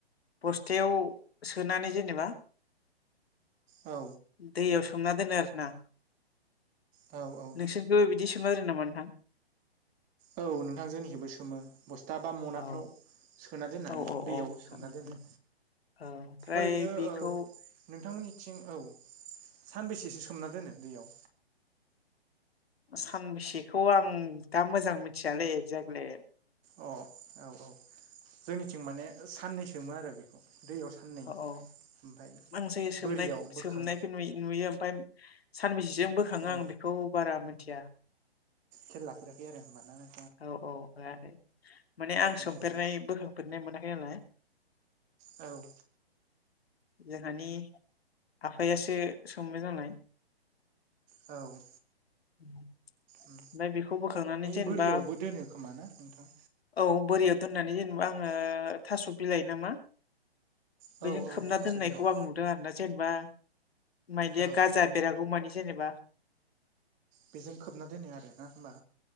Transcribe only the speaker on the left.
बस्थायाव सोनानै जेनेबा
दैयाव सोमना दोनो आरो ना
नोंसोरखौबो बिदि सोमनो होदो नामा नोंथां
औ
औ औ
औ
नोंथां
औ ओमफ्राय
बेखौ
सानबेसेखौ आं दा मोजां मिथियालै एक्जेक्टलि
औ औ
आं जायो सोमनाय
सोमनायखौ नुयो ओमफ्राय सानबेसेजों बोखाङो
आं बेखौ बारा मिथिया
औ औ लायाखै माने आं
सोमफेरनाय
बोखांफेरनाय मोनाखै नालाय
जोंहानि आफायासो सोंबाय जानाय
<inaudible>
ओमफाय बेखौ बोखांनानै जेनेबा
औ बोरिया दोननानै जेनेबा आङो थास' बिलाय ना नामा
बेजों
खोबना
दोननायखौ
आं नुदों आरो ना जेनेबा मायलिया
गाजा बेरगौमानि जेनेबा